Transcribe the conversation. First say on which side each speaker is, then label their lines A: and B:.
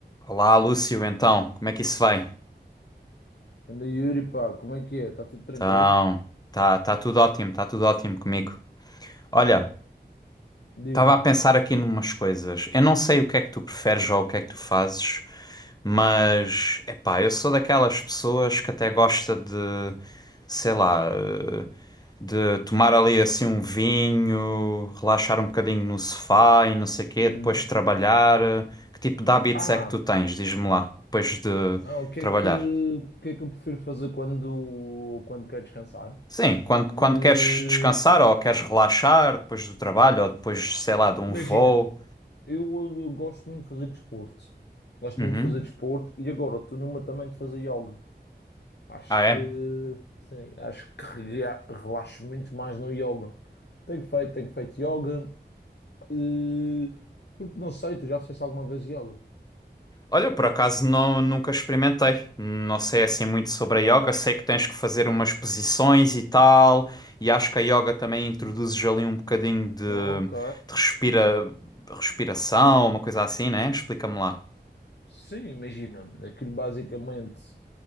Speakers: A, on the left; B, on the left.
A: Olá, Lúcio, então, como é que isso vai?
B: Anda Yuri, pá, como é que é? Está tudo tranquilo?
A: Então, tá, tá tudo ótimo, tá tudo ótimo comigo. Olha,
B: Diz-me.
A: estava a pensar aqui numas coisas. Eu não sei o que é que tu preferes ou o que é que tu fazes, mas, epá, eu sou daquelas pessoas que até gosta de, sei lá, eh, de tomar ali assim um vinho, relaxar um bocadinho no sofá e não sei quê,
B: Hum.
A: depois trabalhar. Que tipo de hábitos
B: Ah,
A: é que tu tens? Diz-me lá, depois de
B: ah, o que
A: trabalhar.
B: é que, o que é que eu prefiro fazer quando, quando quero descansar?
A: Sim, quando, quando
B: Eh,
A: queres descansar ou queres relaxar depois do trabalho ou depois, sei lá, de um
B: imagina,
A: voo.
B: eu, eh, gosto muito de fazer desporto. Gosto
A: Uhum.
B: muito de fazer desporto e agora estou numa também de fazer yoga. Acho
A: Ah, é?
B: que, sim, acho que rea- relaxo muito mais no yoga. Tenho feito, tenho feito yoga. eh, porque não sei, tu já fizeste alguma vez yoga?
A: Olha, por acaso não, nunca experimentei. Não sei assim muito sobre a yoga. Sei que tens que fazer umas posições e tal. E acho que a yoga também introduzes ali um bocadinho de,
B: Ok,
A: de respira, respiração, uma coisa assim, né? Explica-me lá.
B: Sim, imagina, aquilo basicamente